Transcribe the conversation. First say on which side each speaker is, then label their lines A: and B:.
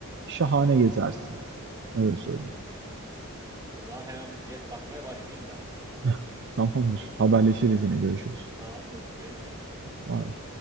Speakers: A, on the right (about 50°); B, on the right (about 15°).
A: Şahane gezersin. Öyle söyleyeyim.
B: O zaman hemen bir bilet bakmaya başlayayım ben.
A: <laughs> Tamamdır. Haberleşiriz yine. Görüşürüz.
B: Tamamdır. Görüşürüz.
A: Vay.